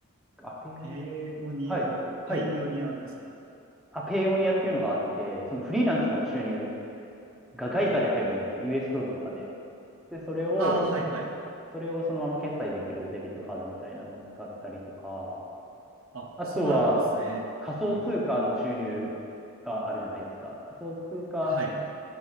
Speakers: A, in the centre; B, on the right.
A: あ、ペイオニア、
B: ペオニア、
A: はい、はい。
B: パイオニアですか
A: あ、ペイオニアっていうのがあって、そのフリーランスの収入が外貨で入るじゃないですか、US ドルとかで。で、それを、
B: ああー、はい、はい。
A: それをそのまま決済できるデビットカードみたいなのを使ったりとか、
B: あ、
A: あとは
B: そんなのあるんですね。
A: 仮想通貨の収入があるじゃないですか。
B: うん。
A: 仮想通貨
B: はい。